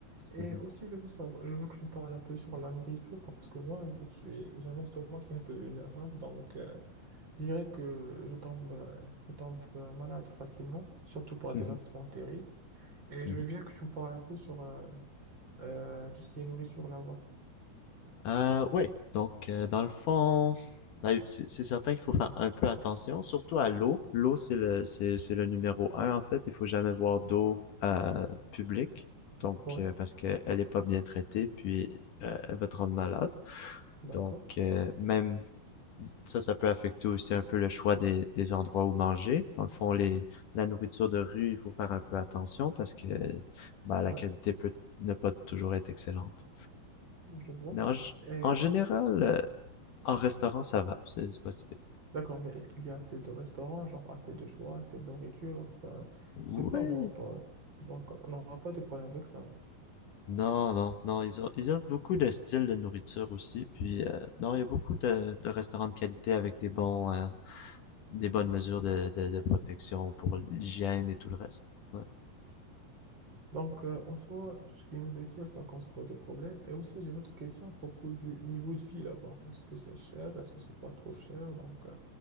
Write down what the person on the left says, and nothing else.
Mhm,
mhm,
mhm.
Euh, oui, donc euh, dans le fond, ben, c'est c'est certain qu'il faut faire un peu attention, surtout à l'eau. L'eau, c'est le, c'est, c'est le numéro un en fait. Il faut jamais boire d'eau euh, publique, donc
euh, parce qu'elle est pas bien traitée, puis euh, elle va te rendre malade.
Donc euh, même Ça, ça peut affecter aussi un peu le choix des, des endroits où manger. Dans le fond, les, la nourriture de rue, il faut faire un peu attention parce que bah, la
qualité peut ne pas toujours être excellente.
Mais en,
en général, euh, en restaurant, ça va. C'est c'est pas si pire.
Oui.
Non, non, non. Ils, ont, ils offrent beaucoup de styles de nourriture aussi. Puis, euh, non, il y a beaucoup de, de restaurants de qualité avec des bons, euh, des bonnes mesures de, de, de protection pour l'hygiène et tout le reste. Ouais.